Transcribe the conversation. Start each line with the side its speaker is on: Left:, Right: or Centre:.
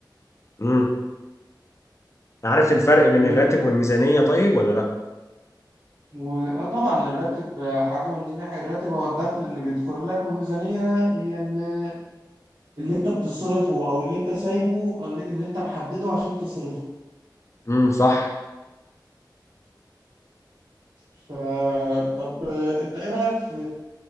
Left: امم عارف الفرق بين
Right: و...
Left: الراتب والميزانية طيب ولا لا
Right: و... آه طبعا الراتب حاجة والميزانية حاجة الراتب هو الدخل اللي بيدخل لك والميزانية هي اللي, اللي انت بتصرفه او اللي انت سايبه او اللي اللي انت محدده عشان تصرفه
Left: امم صح
Right: ف... طب آه، انت ايه رأيك في